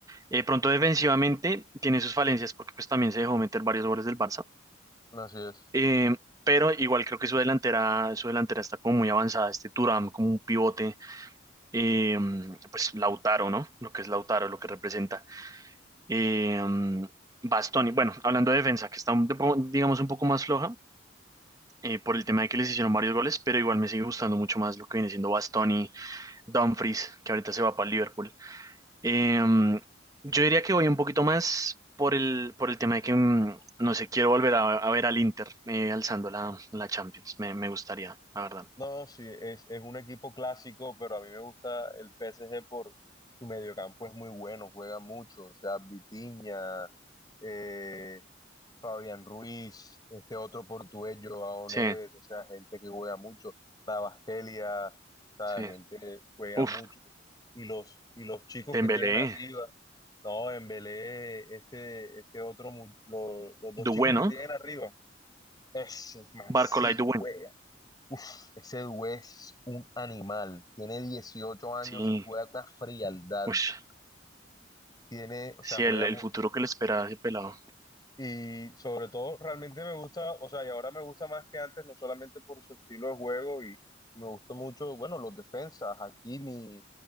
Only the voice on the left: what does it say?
Así es.
No, sí, es, es un equipo clásico, pero a mí me gusta el PSG por su mediocampo, es muy bueno, juega mucho, o sea, Vitinha, eh, Fabián Ruiz, este otro portugués, Joao
Neves, o sea, gente que juega mucho, Rabasquelia, o sea,
gente que juega
mucho, y los, y los chicos
que tienen arriba, no, Embelé, este, este otro, mu- lo- los dos
chicos que
tienen arriba, ese man
sí
juega ese dude es un animal, tiene 18 años
y juega con una frialdad,
tiene, o
sea, juega
mucho.
Y sobre todo, realmente me gusta, o sea, y ahora me gusta más que antes, no solamente por su estilo de juego, y me gusta mucho, bueno, los defensas, Hakimi,